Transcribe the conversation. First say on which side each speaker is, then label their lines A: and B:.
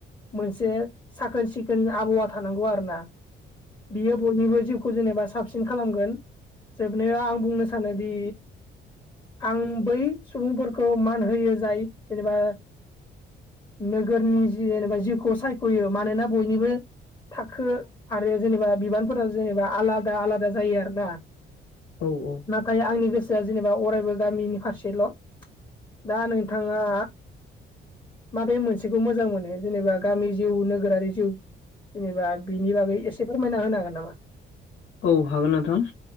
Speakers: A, on the left (about 20°); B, on the left (about 75°).
A: मोनसे साखोन सिखोन आबहावा थानांगौ आरो ना। बियो बयनिबो जिउखौ जेनेबा साबसिन खालामगोन जोबनायाव आं बुंनो सानोदि आं बै सुबुंफोरखौ मान होयो जाय जेनेबा नोगोरनि जि जेनेबा जिउखौ सायख'यो मानोना बयनिबो थाखो आरो जेनेबा बिबानफोरा जेनेबा आलादा आलादा जायो आरो ना।
B: औ औ
A: नाथाय आंनि गोसोआ जेनेबा अरायबो गामिनि फारसेल'। दा नोंथाङा माबे मोनसेखौ मोजां मोनो जेनेबा गामि जिउ नोगोरारि जिउ जेनेबा बिनि बागै एसे फोरमायना होनो हागोन नामा?
B: औ हागोन नोंथां